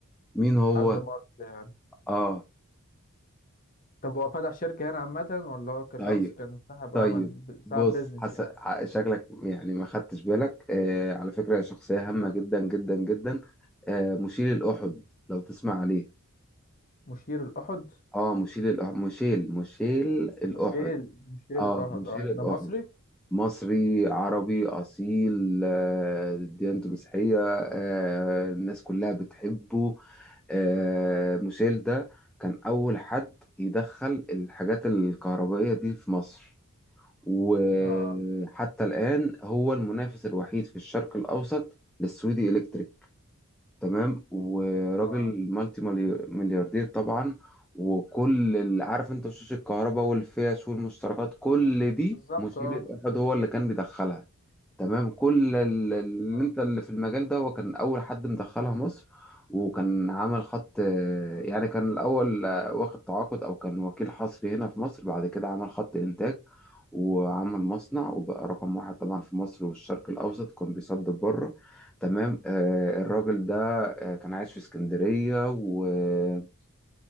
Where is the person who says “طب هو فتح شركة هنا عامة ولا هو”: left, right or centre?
Left